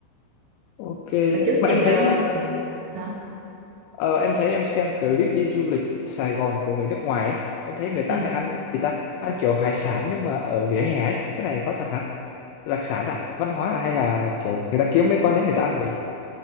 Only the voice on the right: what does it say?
hồi trước
chị
ờ,
hồi, hả
ừ.